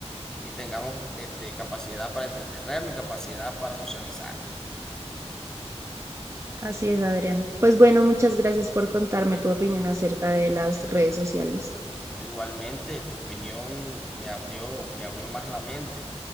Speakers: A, in the centre; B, on the right.
A: y tengamos este, capacidad para entretenernos y capacidad para socializar.
B: Así es, Adrián. Pues bueno, muchas gracias por contarme tu opinión acerca de las redes sociales.
A: No, igualmente, tu opinión me abrió, me abrió más la mente.